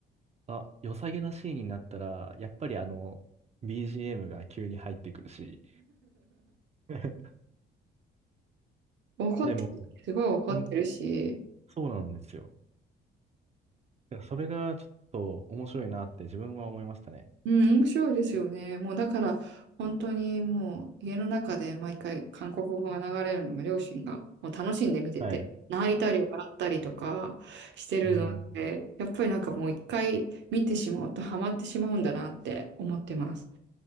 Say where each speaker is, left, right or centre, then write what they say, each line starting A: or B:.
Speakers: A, on the right; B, on the right.
A: あ、良さげなシーンになったら、やっぱりあの、BGM が急に入ってくるし、<laughs>
B: 怒ってる、
A: でも、
B: すごい怒ってるし、
A: ほん、そうなんですよ。だからそれがちょっと面白いなって自分は思いましたね。
B: うん、面白いですよね。もうだから、本当にもう家の中で毎回韓国語が流れるのが両親がもう楽しんで見てて、
A: はい。
B: 泣いたり笑ったりとかしてるので、
A: うん。
B: やっぱりなんかもう一回見てしまうとハマってしまうんだなって思ってます。